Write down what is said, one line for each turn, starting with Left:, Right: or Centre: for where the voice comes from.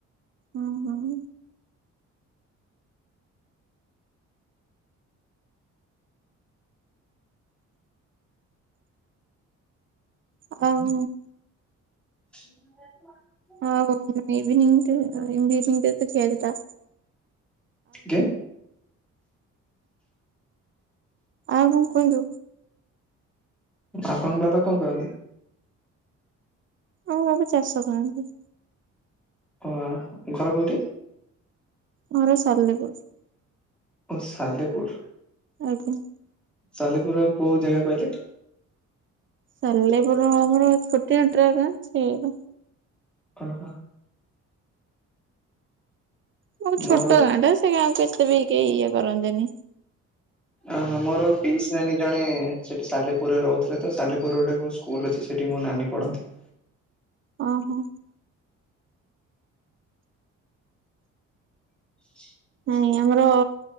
Right: ହଁ ହଁହୁଁ। ହଉ।
Centre: <unintelligible>
Right: ହଉ ଇଭିନିଂଇନି ତ ଖିଆଥିଲା <inaudible>
Centre: କି
Right: ଆଉ କଣ କୁହନ୍ତୁ।
Centre: ଆପଣଙ୍କ ବାପା କଣ କରନ୍ତି?
Right: ଆମ ବାବା ଚାଷ କରନ୍ତି।
Centre: ଅ ଆ ଘର କୋଉଠି?
Right: ଘର ସାଲେପୁର।
Centre: ଓ ସାଲେପୁର।
Right: ଆଜ୍ଞା।
Centre: ସାଲେପୁର କୋଉ ଜାଗା କହିଲେ?
Right: ସାଲେପୁର ଆମର ଛୋଟିଆ <unintelligible>
Centre: ଓ ହୋ।
Right: ବୋହୁତ ଛୋଟ
Centre: ମୋର
Right: ଗାଁ ଟା ସେ ଗାଁକୁ ଏତେ ବି କେହି ଇଏ କରନ୍ତିନି।
Centre: ଓହୋ ମୋର ପିସ୍ ନାନୀ ଜଣେ ସେଠି ସାଲେପୁରରେ ରହୁଥିଲେ ତ ସାଲେପୁର ଗୋଟେ ସ୍କୁଲ ଅଛି ସେଠି ମୋ ନାନୀ ପଢନ୍ତି।
Right: ଓହୋ।
Centre: <inaudible>
Right: ନାଇ ଆମର